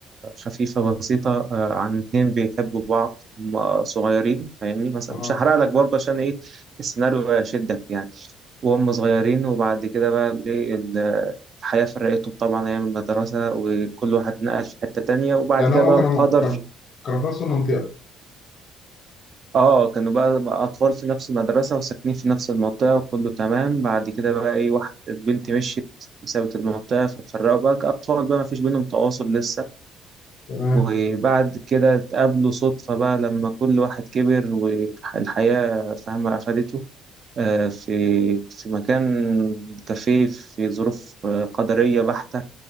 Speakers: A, on the right; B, on the left.
A: خفيفة بسيطة آه، عن اتنين بيحبوا بعض هما صغيرين فاهمني مثلا
B: اه
A: مش هحرق لك برضه عشان ايه السيناريو يشدك يعني وهم صغيرين وبعد كده بقى الايه ال- الحياة فرقتهم طبعا أيام المدرسة وكل واحد نقل في حتة تانية وبعد
B: يعني
A: كده
B: هم
A: بقى
B: كانوا
A: القدر
B: كانوا كانوا في نفس المنطقة
A: اه كانوا بقى أطفال في نفس المدرسة وساكنين في نفس المنطقة وكله تمام بعد كده بقى إيه واحد البنت مشيت سابت المنطقة فاتفرقوا بقى كأطفال بقى مفيش بينهم تواصل لسه
B: تمام
A: وبعد كده اتقابلوا صدفة بقى لما كل واحد كبر والحياة فاهمة أخدته آه، في في مكان كافيه في ظروف آه، قدرية بحتة